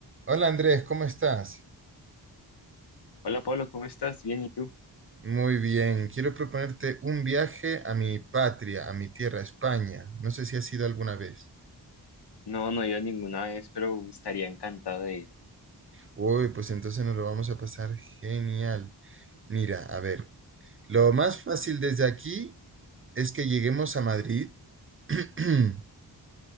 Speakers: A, on the right; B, on the left.
A: Hola Andrés, ¿cómo estás?
B: Hola Pablo, ¿cómo estás? Bien, ¿y tú?
A: Muy bien, quiero proponerte un viaje a mi patria, a mi tierra, España. No sé si has ido alguna vez.
B: No, no he ido ninguna vez, pero estaría encantado de ir.
A: Uy, pues entonces nos lo vamos a pasar genial. Mira, a ver, lo más fácil desde aquí es que lleguemos a Madrid <clears throat>